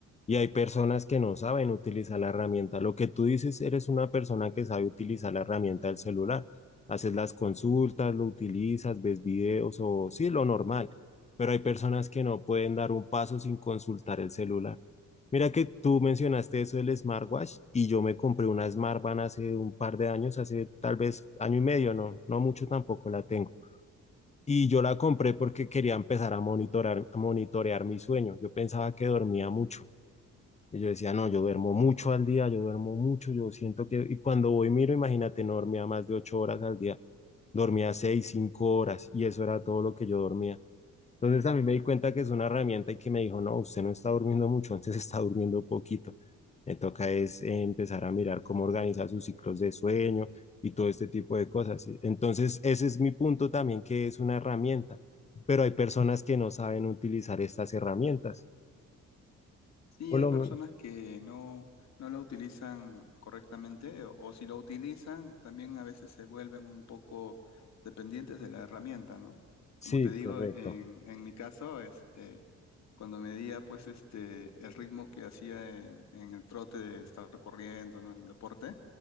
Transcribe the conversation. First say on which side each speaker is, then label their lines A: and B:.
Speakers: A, on the left; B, on the left.
A: Y hay personas que no saben utilizar la herramienta. Lo que tú dices, eres una persona que sabe utilizar la herramienta del celular. Haces las consultas, lo utilizas, ves videos o sí, lo normal. Pero hay personas que no pueden dar un paso sin consultar el celular. Mira que tú mencionaste eso del smartwatch y yo me compré una Smartband hace un par de años, hace tal vez año y medio, no, no mucho tampoco la tengo. Y yo la compré porque quería empezar a monitorar, a monitorear mi sueño. Yo pensaba que dormía mucho. Y yo decía, no, yo duermo mucho al día, yo duermo mucho, yo siento que... Y cuando voy, miro, imagínate, no dormía más de ocho horas al día, dormía seis, cinco horas, y eso era todo lo que yo dormía. Entonces a mí me di cuenta que es una herramienta y que me dijo, no, usted no está durmiendo mucho, antes está durmiendo poquito. Me toca es eh, empezar a mirar cómo organiza sus ciclos de sueño y todo este tipo de cosas. Entonces ese es mi punto también, que es una herramienta, pero hay personas que no saben utilizar estas herramientas.
B: Sí,
A: Por
B: hay
A: lo
B: personas
A: men-
B: que no, no la utilizan correctamente o, o si lo utilizan, también a veces se vuelven un poco dependientes de la herramienta, ¿no?
A: sí,
B: Como te digo,
A: correcto.
B: en, en mi caso, este, cuando medía pues este, el ritmo que hacía en, en el trote de estar corriendo, ¿no? En el deporte,